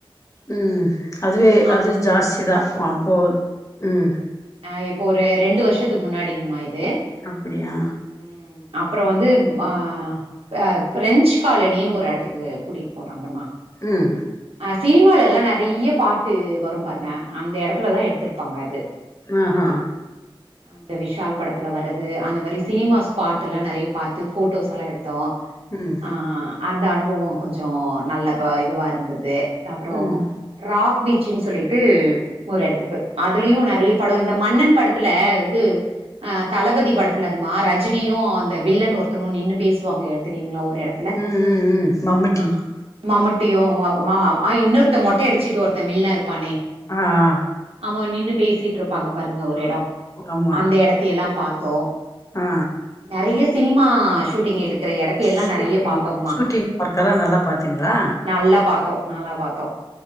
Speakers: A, on the left; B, on the right.
A: ம் அதுவே
B: ஆ
A: அது ஜாஸ்திதா அப்போ ம்
B: அ இப்ப ஒரு ரெண்டு வர்ஷத்துக்கு முன்னாடிங்மா இது து
A: அப்படியா
B: <inaudible> அப்றம் வந்து மா அ ஃப்ரெஞ்சு காலணின் ஒரு எடத்துக்கு கூட்டிட் போனாங்கம்மா
A: ம்
B: சினிமாலலா நறைய பாட்டு வரு பாருங்க அந்த எடத்துலதா எடுத்துருப்பாங்க அது
A: ஆ ஹா
B: அந்த விஷால் படத்துல வர்ரது அந்த மாரி சினிமா ஸ்பாட்டுலா நறைய பாத்து ஃபோட்டோஸ் எல்லா எடுத் த்தோ
A: ம்
B: ஆ அந்த அனுபவோ கொஞ்சோ நல்ல ப இதுவாக இருந்துது அப்ரோ
A: ம்
B: ராக் பீச் சின்னு சொல்லிட்டு ஒரு எடத்துக்கு அதுலயு நறைய படொ இந்த மன்னன் படத்துல இது அ தளபதி படத்துலங் மா ரஜினியு அந்த வில்லன் ஒருத்தனு நின்னு பேசுவாங்க தெரியுங்ளா அந்த எடத்துல
A: ம் ம் ம் மம்முட்டி
B: ஆ மம்முட்டியு வா மா இன்னொருத் த்த மொட்டை அடிச்சிட்டு ஒருத்தே வில்ல இருப்பானே
A: ஆ ஆ
B: அ நின்னு பேசிப் ட்ருப்பாங்க பாருங்க ஒரு எடோ
A: ஆமா
B: அந்த எடத்த எல்லா பாத் தோ
A: ஆ
B: நறைய சினிமா ஷூட் ட்டிங் எடுக்குற எடத்தை யெல்லா
A: ஷூட்டிங்
B: நறைய பாத்தோ ங்மா
A: ஷூட்டிங் ஒர்க்கெல்லா நல்லா பாத்தீங்களா
B: நல்லா பாத்தோ நல்லா பாத்தோ